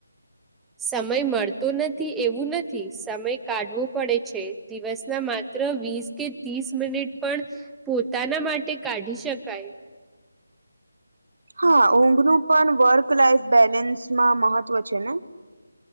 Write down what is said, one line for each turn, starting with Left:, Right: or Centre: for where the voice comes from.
Centre: સમય મળતો નથી એવું નથી સમય કાઢવો પડે છે દિવસ ના માત્ર વીસ કે ત્રીસ મિનિટ પણ પોતાના માટે કાઢી શકાય
Right: હા ઊંઘ નું પણ વર્ક લાઈફ બેલેન્સમાં મહત્વ છે ને